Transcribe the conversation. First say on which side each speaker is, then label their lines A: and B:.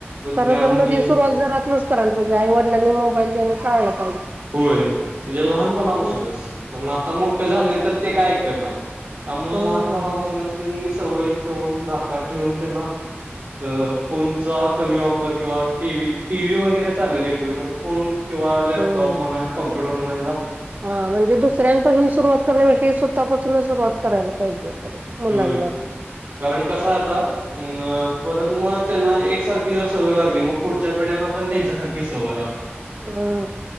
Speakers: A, on the right; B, on the right.
A: खर
B: ज्ञान
A: तर मग
B: हे
A: ह सुरवात जरातनच करायला पाहिजे आईडिलांनी मोबाईल देणं काळलं.
B: होय म्हणजे लहानपणापासूनच
A: हम्म
B: कारण आता मोठे झाले तर ते काय ऐकत नाही. त्यामुळे
A: हम्म
B: लहानपणापासूनच त्यांनी सवय ठेवून धाकात ठेवून त्यांना अ फोनचा. कमी वापर किंवा टी व्ही टी व्ही वगैरेचाले एक फोन किंवा लॅपटॉप
A: हम्म
B: टॉप म्हणा कम्प्युटर म्हणाय जा.
A: हा म्हणजे दुसऱ्यांपासून सुरुवात करण्याष स्वतःपासून सुरुवात करायला पाहिजे आपण मुलां
B: क म कारण कसय आता परत मस एक सारखी जर सवय लागली मग पुढच्या पिढ्यांना पण त्यांच्यासारखी सवय लागणार.
A: हा.